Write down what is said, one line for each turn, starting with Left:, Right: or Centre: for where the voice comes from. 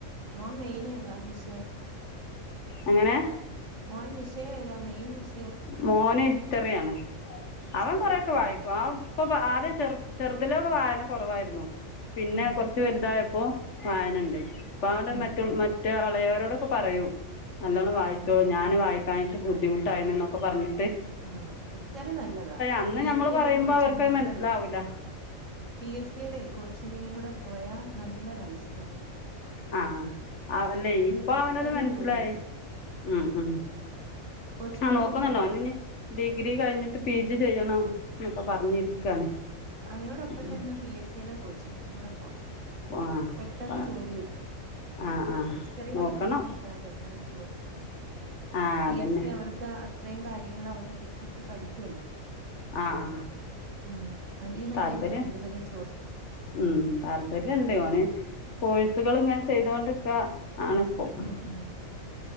Right: മോ മെയ്ന് ഏതാ വിഷ
Left: എങ്ങനെ
Right: മോൻ വിഷ ഏതാ മെയിൻ വിഷ
Left: മോന് ഹിസ്റ്ററിയാണ്
Right: ഹിസ്റ്ററി
Left: അവൻ കൊറെക്കെ വായിക്കും
Right: ഉം
Left: അവ ഇപ്പൊ ആദ്യ ചെറു ചെറുതിലൊക്കെ വായന കോറവായിരുന്നു പിന്നെ
Right: ഉം
Left: കോറച്ച് വലുതായ പ്പൊ വായന്ണ്ട് <unintelligible> ക്കെ
Right: ഉം
Left: പറയും നല്ലോണ്ണം
Right: ആഹ്
Left: വായിച്ചോളൂ
Right: ആഹ്
Left: ഞാന് വായി കായ്ട്ട് ബുദ്ധിമുട്ടായിനോ പ്പ പറഞ്ഞു
Right: ആ ഹിസ്റ്ററി നല്ലതാ
Left: അന്ന്
Right: പി
Left: ഞമ്മള്
Right: എസിയുടെ
Left: പറയുമ്പോ
Right: കോച്ചിങ്ങിനും
Left: അവർക്കത് മനസ്സിലാവൂല
Right: കൂടെ വിടണം പി എസിയുടെ കോച്ചിങ്ങിനും കൂടെ പോയാ നല്ല റൈസ് ചെറി
Left: ആ അവല്ലെ ഇപ്പൊ
Right: പെട്ടെന്ന്
Left: അവനത് മനസ്സിലായി
Right: ജോലി കിട്ടും
Left: ഉം ഉം
Right: കോച്ചിങ്ങിന്
Left: ആ നോക്കുന്ന്ണ്ട്
Right: പോകുന്നുണ്ടോ
Left: ഓന്ഞ് ഡിഗ്രി കഴിഞ്ഞിട്ട് പി ജി ചെയ്യണം എന്നൊക്കെ പറഞ്ഞിരിക്കാണ്
Right: ഉം ഉം അയ്നോടൊപ്പം
Left: ഉം
Right: തന്നെ പി എസിയുടെ കോച്ചി ങ്ങനിം കൂടെ പോണം
Left: ആ
Right: പെട്ടെന്ന് ജോലി കിട്ടും
Left: ആ ആ
Right: ഹിസ്റ്ററി
Left: നോക്കണം
Right: പഠിക്കുന്നവർക്കാ പെട്ടെന്ന് ജോലി കിട്ടും
Left: ആ
Right: പി
Left: അതുതന്നെ
Right: എസി അവർക്ക് ഇത്രയും കാര്യങ്ങള് അവര് ഡിഗ്രിക്ക് പഠിക്കോല്ലോ
Left: ആ ആ
Right: ഉം അതിന്നൊക്കെയല്ലേ
Left: താൽപര്യം
Right: കൂടുതലും ചോദിക്കുന്നത്
Left: ഉം താല്പര്യണ്ട് ഓന് കോഴ സുകള്ങ്ങനെ ചെയ്തോണ്ട്ക്കാ ആണ്പ്പം
Right: ഉം ഉം